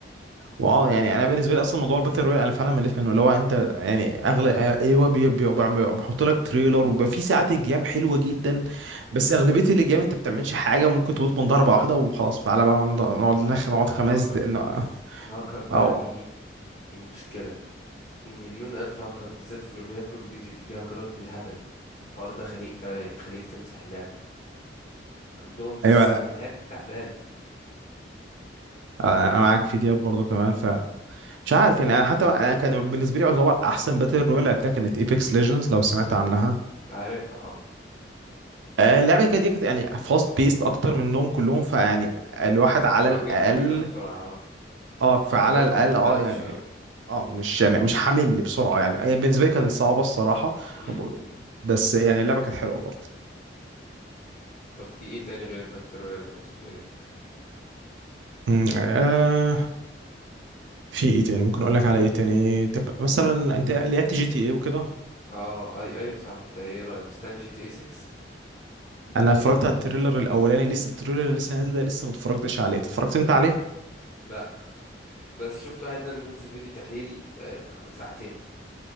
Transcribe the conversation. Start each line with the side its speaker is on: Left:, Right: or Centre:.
Right: واو يعني انا بالنسبه لي اصلا موضوع الباتل رويال انا فعلا مليت منه اللي هو انت يعني اغلب ايوه بي- بي- بيعم- بيحط لك تريلر وبيبقى في ساعات الجيم حلوه
Left: مم.
Right: جدا بس اغلبيه الجيم انت بتعملش حاجه ممكن تموت من ضربه واحده وخلاص تعالى بقى نض- نقعد نخ-
Left: عارفه
Right: نقعد
Left: والهاكر
Right: خمس دقايق
Left: اوف الهاكر بقى
Right: او
Left: دي دي مشكله في مليون الف هاكر بالذات في لوبيات كول اوف ديوتي في هاكرات بالهبل الحوار ده خنيق فعلا يخليك تمسح اللعبه عندهم السيستم
Right: ايوه
Left: الهاك تعبان
Right: انا معاك في دياب برضه كمان مش عارف يعني انا حتى انا كان بالنسبه لي يعتبر احسن باتل رويال لعبتها كانت ايبكس ليجندز لو سمعت عنها
Left: عارف اه
Right: آه، اللعبه كده دي كانت يعني فاست بيست اكتر منهم كلهم فيعني الواحد على
Left: اه
Right: الاقل
Left: الجيم كان بيخلص بسرعه اه
Right: اه فعلى
Left: اللي هو
Right: الاقل
Left: ما بتزهقش
Right: اه يعني
Left: اه
Right: اه مش يعني مش حامل بسرعه يعني هي بالنسبه لي كانت صعبه الصراحه
Left: مم.
Right: بس يعني اللعبه كانت حلوه برضه
Left: طب في ايه تاني غير الباتل رويال والستوري
Right: أمم، آه في ايه تاني ممكن اقول لك على ايه تاني طب مثلا انت لعبت جي تي ايه وكده
Left: اه اي ايوه صح انت ايه رايك مستني جي تي اي 6
Right: انا اتفرجت على التريلر الاولاني لسه التريلر لسه نازله لسه ما اتفرجتش عليه اتفرجت انت عليه
Left: لا بس شفت واحد منزل فيديو تحليل آه، تخ- ساعتين